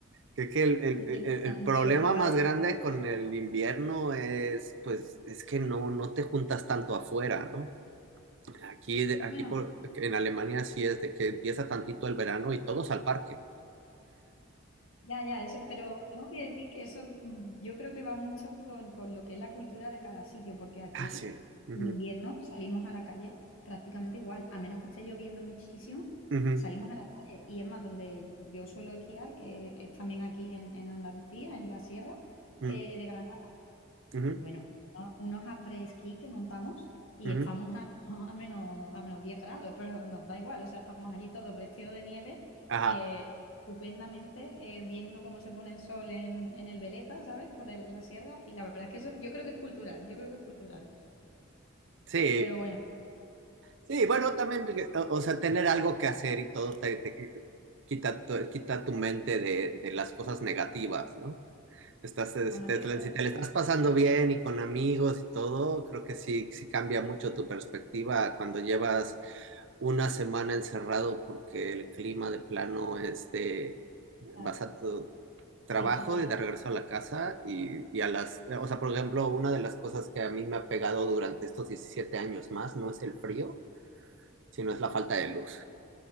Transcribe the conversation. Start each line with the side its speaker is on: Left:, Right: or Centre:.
Right: Creo que el, el-
Left: Ni
Right: el-
Left: me planteo
Right: el problema
Left: probar
Right: más
Left: el
Right: grande
Left: estómago.
Right: con el invierno es, pues, es que no, no te juntas tanto afuera, ¿no? Aquí, de- aquí
Left: Bueno,
Right: por, en Alemania sí es de que empieza tantito el verano y todos al parque.
Left: ya, ya, eso, pero tengo que decir que eso mm, yo creo que va mucho con, con lo que es la cultura de cada sitio, porque aquí
Right: Ah, sí. Ujú,
Left: en invierno salimos a la calle prácticamente igual, a menos que esté lloviendo muchísimo,
Right: ujú,
Left: salimos a la calle. Y es más, donde yo suelo esquiar, que es también aquí en, en Andalucía, en la sierra
Right: mm,
Left: eh, de Granada.
Right: ujú.
Left: Bueno, a- unos après-ski que montamos y
Right: Ujú,
Left: estamos a, <laughs> a menos, a menos 10 grados, pero nos da igual, o sea, estamos allí todos vestidos de nieve,
Right: Ajá,
Left: eh, estupendamente, eh, viendo cómo se pone el sol en, en el Veleta, ¿sabes? Por el- la sierra, y la verdad es que eso yo creo que es cultural, yo creo que es cultural.
Right: sí,
Left: Pero bueno,
Right: sí, bueno, también, eh, o o sea, tener algo que hacer y todo te, te quita tu, eh, quita tu mente de, de las cosas negativas, ¿no? Estás, eh,
Left: mamá,
Right: si te,
Left: yo
Right: te-
Left: creo,
Right: si te la estás pasando bien y con amigos y todo, creo que sí, sí cambia mucho tu perspectiva cuando llevas una semana encerrado porque el clima de plano, este,
Left: claro,
Right: vas a, trabajo
Left: sí, sí, sí,
Right: y de regreso a la casa y, y a las, o sea, por ejemplo, una de las cosas que a mí me ha pegado durante estos 17 años más no es el frío, sino es la falta de luz,